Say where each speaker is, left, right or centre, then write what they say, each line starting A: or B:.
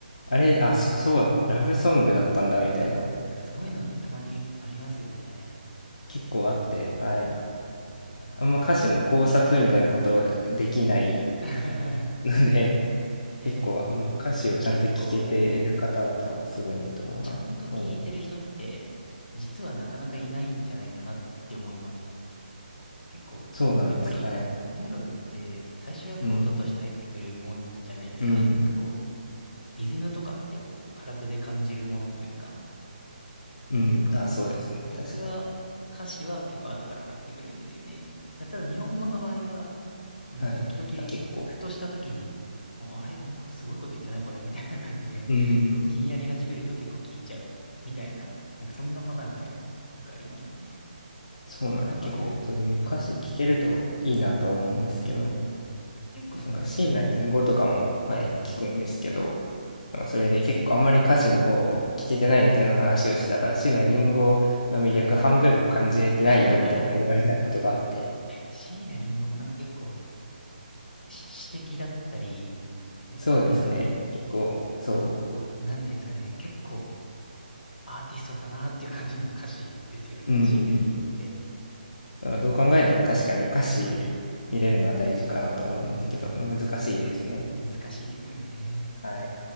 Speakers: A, on the left; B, on the left.
A: あれ、
B: んかそう、
A: あ、
B: はい。
A: そ、そう、ラブソングだったんだみたいな、
B: なんかそういうのってたまにありますよね。
A: 結構あって、はい。
B: いやーなんか
A: あんま歌詞の考察みたいなことできない
B: <laughs>
A: ので、<laughs>
B: いやでも、
A: 結構あんま歌詞をちゃんと聞けてる方々はすごいと思うな。
B: 結構でも、ちゃんと聞いてる人って、
A: うん
B: 実はなかなかいないんじゃないかなって思います。結構、
A: そうなんですかね。
B: やっぱり音楽って最初はやっぱ音として入ってくるもんじゃないですか。
A: うん。うん。
B: なんかこう、リズムとかってこう、体で感じるものというか。
A: うん。
B: なんか僕、
A: あ、そうですね。
B: 僕は歌詞は結構後から入ってくるんですよね。
A: 確かに。
B: ただ日本語の場合は、なんか時々、
A: はい。あ、結構。
B: ふとした時に、おあれなんかすごいこと言ってないこれみたいな感じで、
A: うん。
B: こう気になり始めると結構聞いちゃう。みたいな、なんかそんなパターンがよくありますね。
A: そうなん、
B: え、なんか、
A: 結構そういう歌詞聞けるといいなとは思うんですけど、
B: はい。うんうんうん。結構その、
A: なんか椎名林檎とかも、
B: あれですかね。
A: はい、
B: はいはいはい。
A: 聞くんですけど、なんかそれで結構あんまり歌詞の方を聞けてないみたいな話をしたら、椎名林檎の魅力半分も感じれてないよみたいな言われたことがあって、
B: はい。<laughs> あはははは椎名林檎もなんか結構し詩的だったり、え、
A: そうですね、
B: なんか、
A: 結構、そ
B: こう、なんていうんですかね、結構アーティストだなっていう感じの歌詞ですよね、
A: う、うん、
B: 椎名林檎って。いや
A: どう考えても確かに歌詞見れるのは大事かなと思うんですけど、
B: ー、うーん、
A: 難しいですね。
B: 難しいですよね。
A: はい。